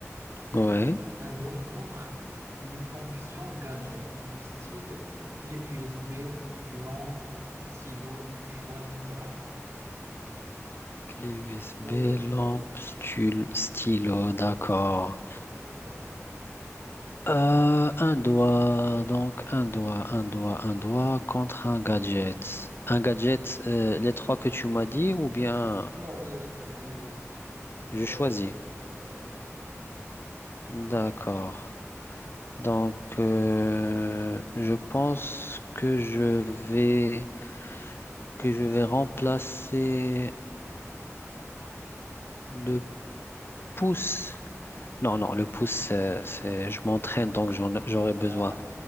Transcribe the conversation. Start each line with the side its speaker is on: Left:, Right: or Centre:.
Left: Ouais.
Right: un, un doigt contre une fonction gadget du style clé USB, lampe, stylo. Tu choisis quoi?
Left: Clé USB,
Right: Ou autre chose,
Left: lampe,
Right: hein,
Left: stu- stylo, d'accord.
Right: un truc comme ça.
Left: Euh, un doigt, donc un doigt, un doigt, un doigt contre un gadget. Un gadget, euh, les trois que tu m'as dit ou bien
Right: Non, euh, tu, tu
Left: je
Right: choisis
Left: choisis?
Right: que- est ce que tu veux.
Left: D'accord. Donc, euh, je pense que je vais que je vais remplacer le pouce. Non, non, le pouce, euh, c'est, je m'entraîne, donc j'en, j'aurai besoin.
Right: Ah,